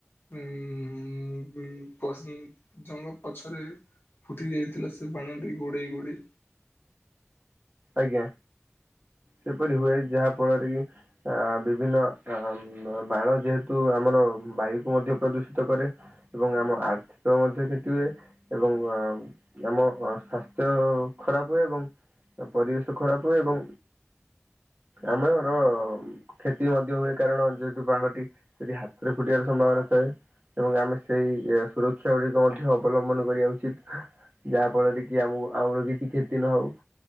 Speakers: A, on the left; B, on the right.
A: ଉଁ ପ -ପଶି ଜଣଙ୍କ ପଛରେ ଫୁଟି ଯାଇଥିଲା ସେ ବାଣଟି ଗୋଡ଼େଇ ଗୋଡ଼େଇ।
B: ଆଜ୍ଞା। ସେପରି ହୁଏ ଯାହାଫଳରେ କି ଆ ବିଭିନ୍ନ ବାଣ ଯେହେତୁ ଆମର ବାୟୁ କୁ ମଧ୍ୟ ପ୍ରଦୂଷିତ କରେ ଏବଂ ଆମ ଆର୍ଥିକ ମଧ୍ୟ କ୍ଷତି ହୁଏ ଏବଂ ଆ ଆମ ସ୍ୱାସ୍ଥ୍ୟ ଖରାପ ହୁଏ ଏବଂ ପରିବେଶ ଖରାପ ହୁଏ ଏବଂ ଆମର କ୍ଷତି ମଧ୍ୟ ହୁଏ। କାରଣ ଯେହେତୁ ବାଣ ଟି ଯଦି ହାତରେ ଫୁଟିବାର ସମ୍ଭାବନା ଥାଏ ଏବଂ ଆମେ ସେଇ ସୁରକ୍ଷା ଗୁଡିକ ମଧ୍ୟ ଅବଲମ୍ବନ କରିବା ଉଚିତ। ଯାହା ଫଳରେ କି ଆମକୁ ଆମର କିଛି କ୍ଷତି ନ ହଉ।